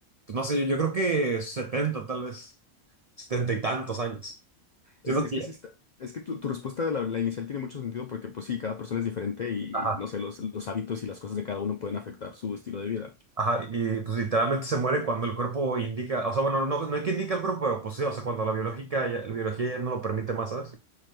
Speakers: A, on the right (about 65°); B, on the left (about 65°).
A: pues, no sé, yo, yo creo que 70 tal vez, 70 y tantos años. Siento
B: Es, es
A: que,
B: que sí está, es que tu, tu respuesta de la, la inicial tiene mucho sentido porque pues sí, cada persona es diferente y
A: ajá,
B: no sé, los, los hábitos y las cosas de cada uno pueden afectar su estilo de vida.
A: ajá, y pues literalmente se muere cuando el cuerpo indica, o sea, bueno, no, no hay que indicar el cuerpo, pero pues sí, o sea, cuando la biológica, ya- la biología ya no lo permite más, ¿sabes?